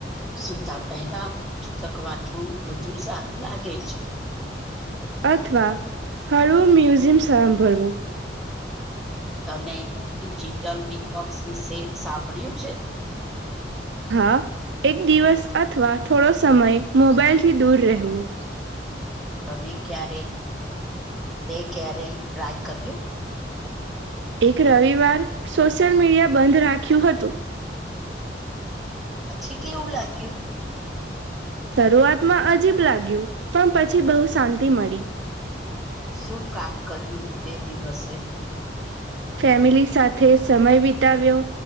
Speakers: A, in the centre; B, on the right.
A: સુતા પહેલા પુસ્તક વાંચવું વધુ સારું લાગે છે.
B: અથવા હળવો મ્યુઝિયમ સાભરવું
A: તને ડિજિટલ ડિકટોક્સ વિશે સાંભળ્યું છે.
B: હા એક દિવસ અથવા થોડો સમય મોબાઈલથી દૂર રહેવું.
A: તને ક્યારે તે ક્યારેય ટ્રાય કર્યું.
B: એક રવિવાર સોશિયલ મીડિયા બંધ રાખ્યું હતું.
A: પછી કેવું લાગ્યું.
B: શરૂઆતમાં અજીબ લાગ્યું પણ પછી બહુ શાંતિ મળી.
A: શું કામ કર્યું એ દિવસે.
B: ફેમિલી સાથે સમય વિતાવ્યો.